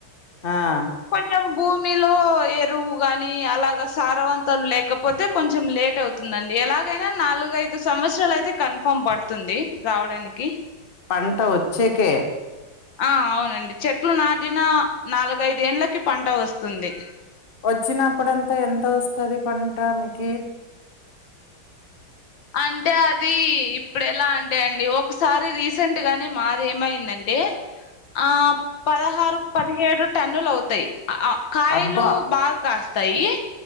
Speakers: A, on the left; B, on the left.
A: ఆ
B: కొంచెం భూమిలో ఎరువు గాని అలాగా సారవంతం లేకపోతే కొంచెం లేట్ అవుతు దండి ఎలాగైనా నాలుగఐదు సంవత్సరాలు అయితే కన్ఫామ్ పడుతుంది రావడానికి
A: పంట వచ్చేకే
B: ఆ అవునండి చెట్లు నాటిన నాలుగఐద ఏంలకి పంట వస్తుంది
A: వచ్చినప్పుడంతా ఎంత వస్తది పంట మీకు
B: అంటే అది ఇప్పుడు ఎలా అంటే అండి ఒకసారి రీసెంట్ గానే మాది ఏమయిందంటే ఆ పదహారు పదిహేడు టన్నులు అవుతాయి ఆ కాయలు
A: అబ్బా
B: బాగా కాస్తాయి